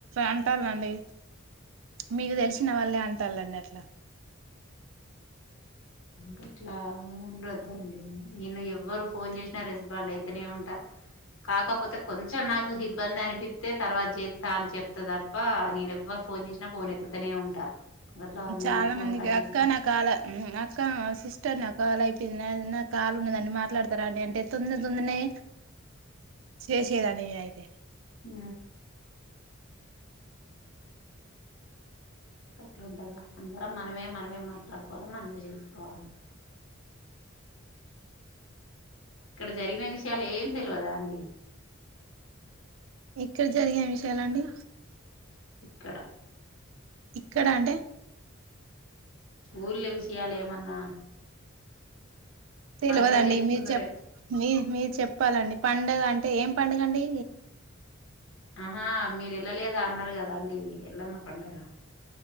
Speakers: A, on the right; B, on the left.
A: అంటాలండి మీకు తెలిసిన వాళ్ళే అంటళండి అట్లా
B: గట్ల ఉండొద్దండి నేను ఎవరు ఫోన్ చేసినా రెస్పాండ్ అయితేనే ఉంటా కాకపోతే కొంచెం నాకు ఇబ్బంది అనిపిస్తే తర్వాత చేస్తా అని చెప్తదప్ప నేను ఎవ్వరు ఫోన్ చేసినా ఫోన్ ఎత్తుతనే ఉంటా గట్లా నేను
A: చాలా
B: ఫోన్
A: మందికి
B: కట్ చేసిన
A: అక్క నా కాల ఊ అక్క సిస్టర్ నా కాలు అయిపోయిందిద నా కాలు ఉన్నదని మాట్లాడతరండి అంటే తొంద తొందనే చేసెదండి నేనైతే
B: ఊ గట్లవుంటద అందరం మనమే మనమే మాట్లాడుకోవాలి మనమే చేసుకోవాలి. ఇక్కడ జరిగిన విషయాలు ఏం తెలవదా అండి
A: ఇక్కడ జరిగిన విషయాలండి
B: ఇక్కడ
A: ఇక్కడ అంటే
B: ఊర్ల విషయాలు ఏమన్నా
A: తెలవదండి
B: పండగ చేసుకున్నారే
A: మీరు చెప్ప మీ మీరు చెప్పాలండి పండగ అంటే అంటే ఏం పడుగండి
B: ఆహా మీరు వెళ్ళలేదా అన్నారు కదా అండి ఎల్లమ్మ పండగ